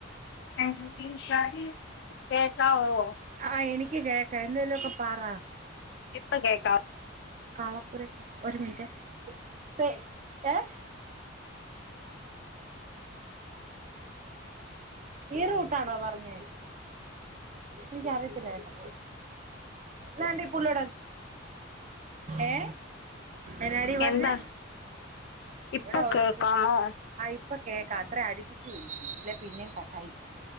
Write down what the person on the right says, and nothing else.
ആഹ് എനിക്ക് കേക്കാ എന്തെലൊക്കെ പറ
കാളപ്പുര ഒരു മിൻറ്റേ പെ എ
ഈ റൂട്ടാണോ പറഞ്ഞെ എനിക്കറിയത്തില്ലകേട്ടോ താണ്ടീ പുള്ളോ ഏ എന്നാടി പറഞ്ഞെ
വടെ ഓരോര്ത്തര്
ആ ഇപ്പ കേക്ക അത്ര അടുപ്പിച്ച് പിടിച്ച് ല്ലെ പിന്നേം കട്ടായി പോവും